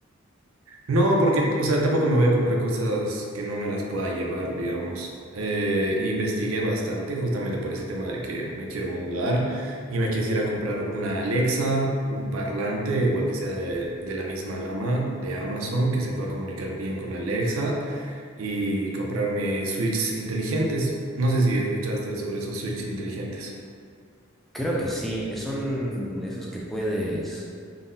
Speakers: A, on the right (about 80°); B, in the centre.
A: No, porque, o sea, tampoco me voy a comprar cosas que no me las pueda llevar, digamos. Eh, investigué bastante justamente por ese tema de que me quiero mudar y me quisiera comprar una Alexa, un parlante, igual que sea de, de la misma gama de Amazon, que se pueda comunicar bien con Alexa y comprarme switches inteligentes. No sé si escuchaste sobre esos switches inteligentes.
B: Creo que sí, son esos que puedes,